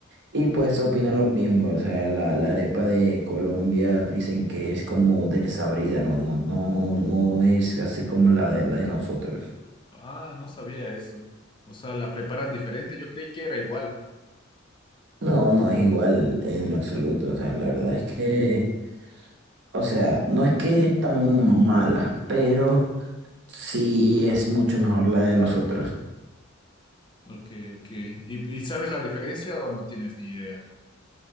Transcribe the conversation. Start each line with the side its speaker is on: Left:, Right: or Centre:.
Right: y pues
Left: Sí.
Right: opinan lo mismo. O sea, la, la arepa de Colombia dicen que es como desabrida, no, no, no, no es así como la de, la de nosotros.
Left: Ah, no sabía eso. O sea, la preparan diferente. Yo creí que era igual.
Right: No, no es igual en lo absoluto. O sea, la verdad es que, o sea, no es que es tan mala, pero sí es mucho mejor la de nosotros.
Left: Ok, ok. ¿Y, y sabes la diferencia o no tienes ni idea?